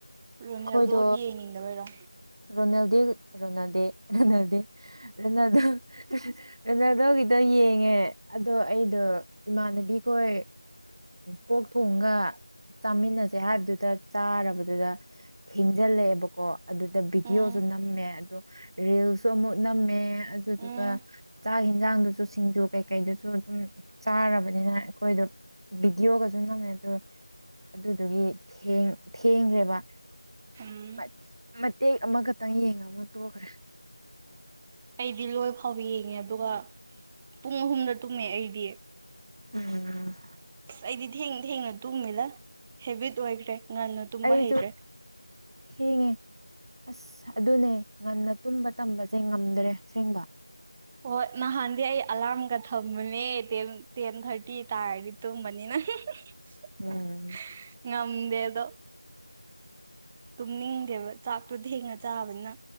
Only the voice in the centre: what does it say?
ꯔꯣꯅꯦꯜꯗꯣꯒꯤ
ꯌꯦꯡꯅꯤꯡꯗꯕꯔꯣ
ꯎꯝ
ꯎꯝ
ꯎꯝ
ꯑꯩꯗꯤ ꯂꯣꯏ ꯐꯥꯎꯕ ꯌꯦꯡꯉꯦ ꯑꯗꯨꯒ ꯄꯨꯡ ꯑꯍꯨꯝꯗ ꯇꯨꯝꯃꯦ ꯑꯩꯗꯤ꯫
ꯑꯁ ꯑꯩꯗꯤ ꯊꯦꯡ ꯊꯦꯡꯅ ꯇꯨꯝꯒꯤꯗ ꯍꯦꯕꯤꯠ ꯑꯣꯏꯈ꯭ꯔꯦ꯫ ꯉꯟꯅ ꯇꯨꯝꯕ
ꯍꯩꯇ꯭ꯔꯦ
ꯍꯣꯢ ꯅꯍꯥꯟꯗꯤ ꯑꯩ ꯑꯂꯥꯝꯒ ꯊꯝꯕꯅꯦ ꯇꯦꯟ ꯇꯦꯟ ꯊꯥꯔꯇꯤ ꯇꯥꯔꯗꯤ꯫ ꯇꯨꯝꯃꯅꯤꯅ <unintelligible>
ꯉꯝꯗꯦ ꯑꯗꯣ꯫ ꯇꯨꯝꯅꯤꯡꯗꯦꯕ ꯆꯥꯛꯇꯨ ꯊꯦꯡꯅ ꯆꯥꯕꯅꯤꯅ꯫